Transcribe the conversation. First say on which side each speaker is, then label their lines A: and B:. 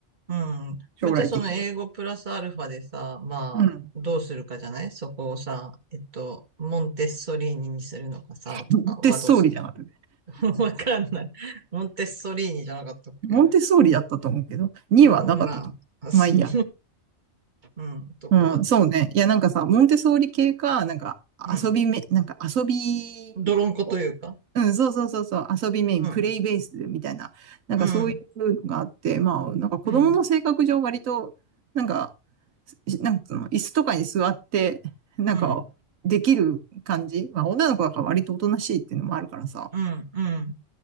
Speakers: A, on the right; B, on the right.
A: うん。
B: 将来的に。
A: まあ、じゃあその英語プラスアルファでさ、まあ、
B: うん。
A: どうするかじゃないそこをさ、えっと、モンテッソリーニにするのかさ、
B: <laughs>
A: とかはどうするの
B: デスストーリーじゃん、私。
A: <laughs> わかんない。モンテッソリーニじゃなかったっけ
B: モンテソーリだったと思うけど、2はなかったと思う。
A: うん、まあ、あそう、
B: まあいいや。
A: うん、とかは、
B: うん、そうね。いや、なんかさ、モンテソーリ系か、なんか遊びめ、
A: うん。
B: なんか遊びを、
A: 泥んこというか、
B: うん、そうそうそうそう、遊びメイン、
A: うん、
B: プレイベースみたいな、なんかそういうのがあって、
A: うん、
B: まあ、なんか子供の性格上割と、
A: うん、
B: なんか、しなんかの、椅子とかに座って、なんか、
A: うん、
B: できる感じ。まあ、女の子だから割とおとなしいっていうのもあるからさ、
A: うん、うん、うん、